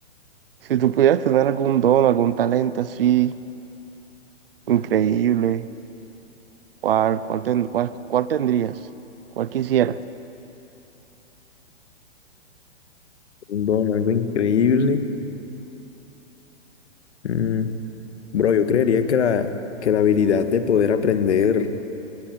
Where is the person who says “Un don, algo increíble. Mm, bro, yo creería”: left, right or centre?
Left